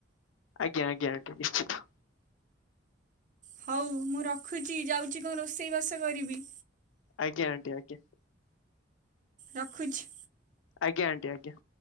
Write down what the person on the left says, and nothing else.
ଆଜ୍ଞା, ଆଜ୍ଞା ଆଣ୍ଟି ନିଶ୍ଚିତ।
ଆଜ୍ଞା ଆଣ୍ଟି ଆଜ୍ଞା।
ଆଜ୍ଞା ଆଣ୍ଟି ଆଜ୍ଞା।